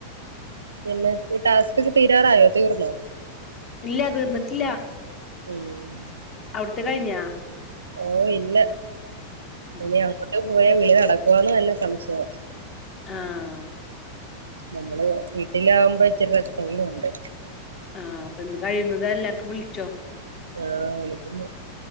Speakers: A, on the right; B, on the left.
A: പിന്നെ ഈ ടാസ്കൊക്കെ തീരാറായോ തീർന്നോ
B: ഇല്ല തീർന്നിട്ടില്ല
A: ഹമ്.
B: അവ്ടുത്തെ കഴിഞ്ഞാ?
A: ഓ ഇല്ല,
B: ഉം
A: ഇനി അങ്ങോട്ട് പോയാ വിളി നടക്കൂന്ന് തന്നെ സംശയാ.
B: ആഹ്‌.
A: നമ്മള് വീട്ടിലാവുംമ്പോ ഇച്ചിരി റസ്റ്റ്‌ങ്കിലും ഉണ്ട്.
B: ആഹ്‌, അപ്പൊ ഇന്ന് കഴിയുന്നതും എല്ലാർക്കും വ്ൾച്ചോ.
A: ആഹ്‌, വിളിക്കുന്നു.